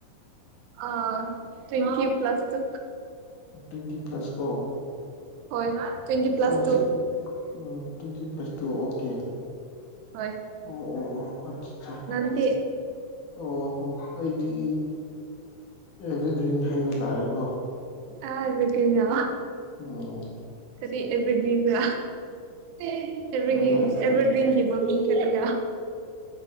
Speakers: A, on the right; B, on the left.
A: ꯑ ꯇ꯭ꯋꯦꯟꯇꯤ ꯄ꯭ꯂꯁ ꯇ
B: ꯇ꯭ꯋꯦꯟꯇꯤ ꯄ꯭ꯂꯁ ꯀꯣ
A: ꯍꯣꯏ ꯇ꯭ꯋꯦꯟꯇꯤ ꯄ꯭ꯂꯁ
B: ꯐꯥꯏꯚ
A: ꯇꯨ
B: ꯎ ꯇ꯭ꯋꯦꯟꯇꯤ ꯄ꯭ꯂꯥꯁ ꯇꯨ ꯑꯣꯀꯦ
A: ꯍꯣꯏ
B: ꯑꯣ ꯑꯣ ꯑꯣ ꯑ
A: ꯅꯪꯗꯤ
B: ꯑꯣ ꯍꯣ ꯑꯩꯗꯤ ꯑꯦꯕꯔꯒ꯭ꯔꯤꯟ ꯍꯥꯏ ꯇꯥꯔꯦꯀꯣ
A: ꯑ ꯏ ꯀꯦ ꯌꯥ
B: ꯑꯣꯝ
A: ꯀꯔꯤ ꯑꯦꯚꯔꯒ꯭ꯔꯤꯟꯒ ꯑꯦꯚꯔꯒ꯭ꯔꯤꯟ
B: ꯂꯥꯏꯛ
A: ꯑꯦꯚꯔꯒ꯭ꯔꯤꯟꯒꯤ ꯃꯃꯤꯡ ꯀꯔꯤꯒ